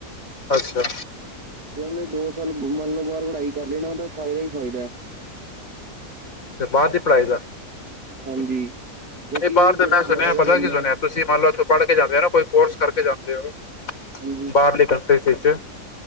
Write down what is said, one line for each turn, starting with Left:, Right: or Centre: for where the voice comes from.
Left: ਅੱਛਾ।
Right: ਤੇ ਉਹਨੇ ਦੋ ਸਾਲ ਮੰਨ ਲਓ ਬਾਰ ਪੜ੍ਹਾਈ ਕਰ ਲੈਣਾ, ਉਹਦਾ ਫਾਇਦਾ ਹੀ ਫਾਇਦਾ।
Left: ਤੇ ਬਾਹਰ ਦੀ ਪੜ੍ਹਾਈ ਦਾ,
Right: ਹਾਂਜੀ
Left: ਨਹੀਂ
Right: ਕਿਉਂਕਿ
Left: ਬਾਹਰ ਦਾ
Right: ਜਦੋਂ
Left: ਮੈਂ ਸੁਣਿਆ
Right: ਜਾਏਗਾ
Left: ਪਤਾ
Right: ਬੰਦਾ
Left: ਕੀ ਸੁਣਿਆ, ਤੁਸੀਂ ਮੰਨ ਲਓ ਉਥੋਂ ਪੜ੍ਹ ਕੇ ਜਾਂਦੇ ਹੋ ਨਾ ਕੋਈ ਕੋਰਸ ਕਰਕੇ ਜਾਂਦੇ ਹੋ।
Right: ਹਾਂਜੀ
Left: ਬਾਹਰਲੀ ਕੰਟਰੀ। ਤੇ ਏਸ ਚ,